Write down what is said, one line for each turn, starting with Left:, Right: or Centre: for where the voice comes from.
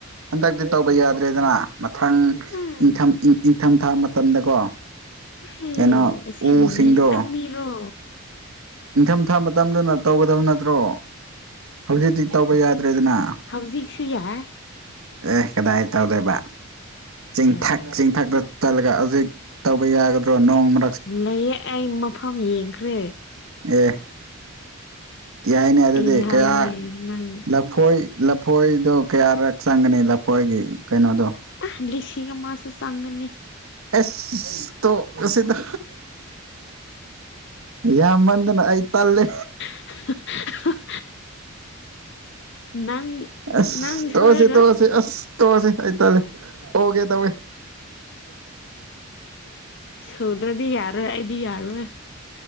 Right: ꯍꯟꯗꯛꯇꯤ ꯇꯧꯕ ꯌꯥꯗ꯭ꯔꯦꯗꯅ ꯃꯊꯪ
Left: ꯎꯝ
Right: ꯏꯪꯊꯝ ꯏꯪꯊꯝꯊꯥ ꯃꯇꯝꯗꯀꯣ
Left: ꯍꯦ
Right: ꯀꯩꯅꯣ
Left: ꯑꯁꯤꯕꯨ
Right: ꯎꯁꯤꯡꯗꯣ
Left: ꯃꯤ ꯅꯪ ꯃꯤꯔꯣ
Right: ꯅꯤꯡꯊꯝꯊꯥ ꯃꯇꯝꯗꯅ ꯇꯧꯒꯗꯕ ꯅꯠꯇ꯭ꯔꯣ ꯍꯧꯖꯤꯛꯇꯤ ꯇꯧꯕ ꯌꯥꯗ꯭ꯔꯦꯗꯅ
Left: ꯍꯧꯖꯤꯛꯁꯨ ꯌꯥꯢ
Right: ꯑꯦ ꯀꯗꯥꯏ ꯇꯧꯗꯣꯏꯕ ꯆꯤꯡꯊꯛ
Left: ꯇꯥꯏ
Right: ꯆꯤꯡꯊꯛꯇ ꯆꯠꯂꯒ ꯍꯧꯖꯤꯛ ꯇꯧꯕ ꯌꯥꯒꯗ꯭ꯔꯣ ꯅꯣꯡꯃ
Left: ꯂꯩꯌꯦ ꯑꯩ ꯃꯐꯝ ꯌꯦꯡꯈ꯭ꯔꯦ
Right: ꯑꯦ ꯌꯥꯏꯅꯦ ꯑꯗꯨꯗꯤ
Left: ꯑꯦ ꯍꯥꯏꯌꯦ
Right: ꯀꯌꯥ
Left: ꯅꯪ
Right: ꯂꯧ ꯂꯐꯣꯏ ꯂꯐꯣꯏꯗꯣ ꯀꯌꯥꯔꯛ ꯆꯪꯒꯅꯤ ꯂꯐꯣꯏꯒꯤ ꯀꯩꯅꯣꯗꯣ
Left: ꯑ ꯂꯤꯁꯤꯡ ꯑꯃꯁꯨ ꯆꯪꯒꯅꯤ
Right: ꯑꯁ ꯇꯣꯛꯂꯁꯤꯗ ꯌꯥꯝ ꯃꯟꯗꯅ ꯑꯩ ꯇꯜꯂꯦ
Left: <unintelligible> ꯅꯪ
Right: ꯑꯁ
Left: ꯅꯪꯅ ꯁꯣꯏꯔꯣꯏ
Right: ꯇꯣꯛꯑꯁꯤ ꯇꯣꯛꯑꯁꯤ ꯑꯁ ꯇꯣꯛꯑꯁꯤ ꯑꯩ ꯇꯜꯂꯦ ꯑꯣꯒꯦ ꯇꯧꯋꯦ
Left: ꯁꯨꯗ꯭ꯔꯗꯤ ꯌꯥꯔꯣꯏ ꯑꯩꯗꯤ ꯌꯥꯔꯣꯏ